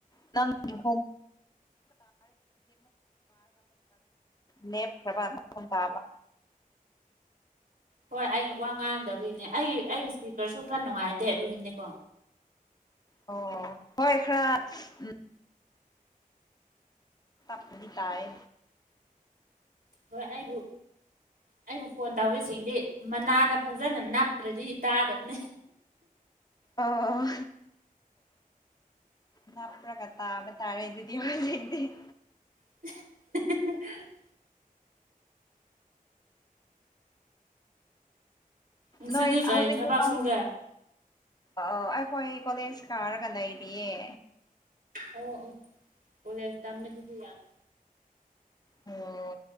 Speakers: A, on the left (about 25°); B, on the right (about 75°).
A: 'inaudible' ꯅꯦꯞ꯭ꯔꯕ ꯃꯈꯣꯟ ꯇꯥꯕ
B: ꯍꯣꯏ ꯑꯩ ꯋꯥ ꯉꯥꯡꯗꯕꯒꯤꯅꯦ ꯑꯩꯒꯤ ꯑꯩꯒꯤ ꯏꯁꯄꯤꯀꯔꯁꯨ ꯈꯔ ꯅꯨꯡꯉꯥꯏꯇꯦ ꯑꯗꯨꯒꯤꯅꯦꯀꯣ
A: ꯑꯣ ꯍꯣꯏ ꯈꯔ ꯎ ꯇꯞꯅꯗꯤ ꯇꯥꯌꯦ
B: ꯍꯣꯏ ꯑꯩꯕꯨ ꯑꯩꯕꯨ ꯐꯣꯟ ꯇꯧꯔꯤꯁꯤꯡꯗꯤ ꯃꯅꯥꯗ ꯐꯖꯅ ꯅꯞꯇ꯭ꯔꯗꯤ ꯇꯥꯗꯕꯅꯦ
A: ꯑꯣ ꯅꯄꯔꯒ ꯇꯥꯕ ꯇꯥꯔꯦꯗꯨꯗꯤ ꯍꯣꯔꯦꯟꯗꯤ ꯎꯝ
B: ꯅꯣꯛꯄ ꯉꯁꯤꯗꯤ
A: ꯅꯣꯏ
B: ꯀꯔꯤ
A: ꯍꯧꯖꯤꯛꯗꯤ
B: ꯊꯕꯛ
A: ꯗꯝ
B: ꯁꯨꯒꯦ
A: ꯑ ꯑꯩꯈꯣꯏ ꯀꯣꯂꯦꯖ ꯀꯥꯔꯒ ꯂꯩꯔꯤꯌꯦ
B: ꯑꯣ ꯑꯣ ꯀꯣꯂꯦꯁ ꯇꯝꯕꯖꯤꯖꯨ ꯌꯥꯝ
A: ꯑꯣ